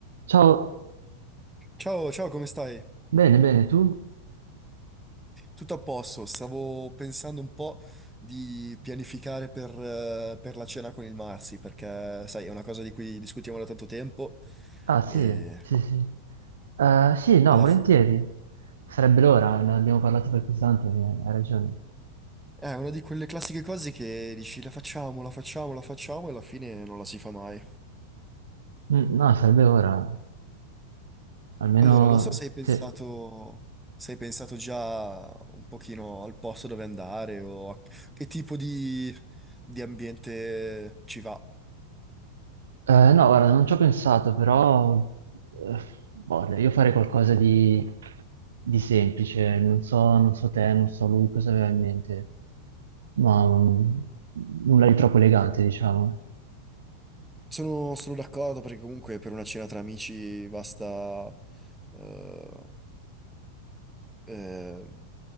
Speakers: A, on the right (about 65°); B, in the centre.
A: Ciao,
B: Ciao, ciao, come stai?
A: bene, bene, tu?
B: Tutto a posto, stavo pensando un po' di pianificare per, eh, per la cena con il Marsi, perché sai, è una cosa di cui discutiamo da tanto tempo
A: Ah, sì,
B: e
A: sì, sì. Eh, sì, no,
B: alla
A: volentieri.
B: f-
A: Sarebbe l'ora, ne abbiamo parlato per così tanto, eh, hai ragione.
B: è una di quelle classiche cose che dici la facciamo, la facciamo, la facciamo e alla fine non la si fa mai.
A: Mm, no, sarebbe ora, almeno...
B: Allora, non so se hai pensato,
A: Sì.
B: se hai pensato già un pochino al posto dove andare o a che tipo di, di ambiente ci va.
A: Eh, no, guarda, non ci ho pensato, però... eh, boh, io farei qualcosa di, di semplice, non so, non so te, non so lui cosa aveva in mente, ma mm, nulla di troppo elegante, diciamo.
B: Sono, sono d'accordo perché comunque per una cena tra amici basta, eh, eh,